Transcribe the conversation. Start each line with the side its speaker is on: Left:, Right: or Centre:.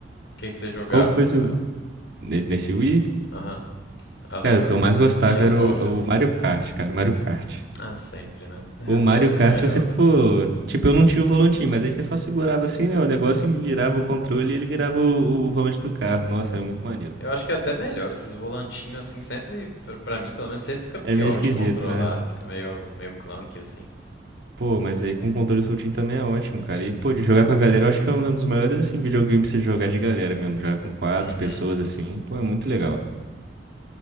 Left: que que você jogava?
Right: Qual foi seu...
Left: além-
Right: Nesse, nesse Wii?
Left: Aham. Além
Right: Cara,
Left: do,
Right: o que eu mais
Left: do cis-
Right: gostava
Left: de esporte,
Right: era o,
Left: assim.
Right: o Mario Kart, cara, o Mario Kart.
Left: Ah, sempre, né? <laughs>
Right: O Mario
Left: sempre
Right: Kart,
Left: o melhor
Right: você for.
Left: mesmo.
Right: Tipo, eu não tinha o volantinho, mas aí você só segurava assim, né? O negócio e me virava o controle e ele virava o, o volante do carro. Nossa, é muito
Left: Pô,
Right: maneiro,
Left: Eu
Right: cara.
Left: acho que é até melhor esses volantinhos, assim, sempre, pra, pra mim, pelo menos, sempre fica pior
Right: É meio esquisito,
Left: de controlar.
Right: né?
Left: Fica meio, meio clunky, assim.
Right: Pô, mas aí com o controle soltinho também é ótimo, cara. E, pô, de jogar com a galera, eu acho que é um é um dos maiores, assim, videogames pra você jogar de galera mesmo. Jogar com quatro
Left: Uhum.
Right: pessoas, assim. Pô, é muito legal.